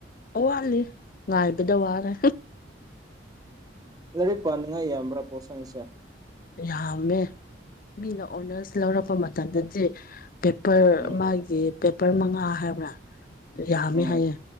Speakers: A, on the left; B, on the right.
A: ꯑꯋꯥꯠꯂꯤ ꯉꯥꯏꯕꯗ ꯋꯥꯔꯦ
B: ꯂꯥꯏꯔꯤꯛ ꯄꯥꯅꯤꯡꯉꯥꯏ ꯌꯥꯝꯕ꯭ꯔꯥ ꯄꯣꯛꯠꯁꯥꯏꯁꯦ
A: ꯌꯥꯝꯃꯦ ꯃꯤꯅ ꯑꯣꯅꯔꯁ ꯂꯧꯔꯛꯄ ꯃꯇꯝꯗꯗꯤ ꯄꯦꯄꯔ
B: ꯎꯝ
A: ꯃꯥꯒꯤ ꯄꯦꯄꯔ ꯃꯉꯥ ꯍꯥꯏꯕ꯭ꯔꯥ ꯌꯥꯝꯃꯦ
B: ꯎꯝ
A: ꯍꯥꯏꯌꯦ